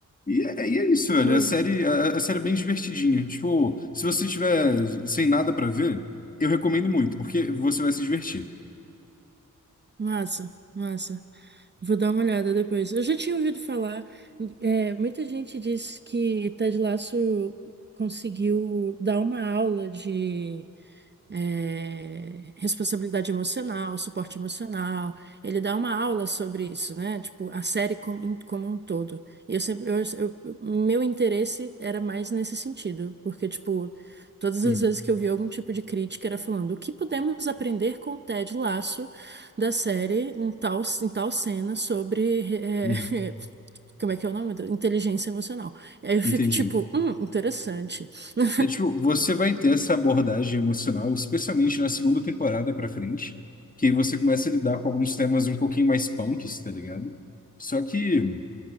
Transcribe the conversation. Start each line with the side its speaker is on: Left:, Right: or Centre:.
Left: E é, e é isso, velho.
Right: Pô,
Left: A série, a, a série é bem divertidinha. Tipo, se você tiver sem nada pra ver, eu recomendo muito, porque você vai se divertir.
Right: massa, massa. Vou dar uma olhada depois. Eu já tinha ouvido falar. é, muita gente diz que Ted Lasso conseguiu dar uma aula de é, responsabilidade emocional, suporte emocional. Ele dá uma aula sobre isso, né? Tipo, a série com- em- como um todo. E Eu sempre, eu, eu- meu interesse era mais nesse sentido, porque, tipo, todas
Left: Hum,
Right: as vezes que eu vi algum tipo de crítica era falando o que podemos aprender com o Ted Lasso da série em tal, em tal cena sobre, é,
Left: uhum.
Right: <laughs> como é que é o nome? Inteligência emocional. E aí eu fico
Left: Entendi.
Right: tipo, hum, interessante. <laughs>
Left: É tipo, você vai ter essa abordagem emocional, especialmente na segunda temporada pra frente, que você começa a lidar com alguns temas um pouquinho mais punks, tá ligado? Só que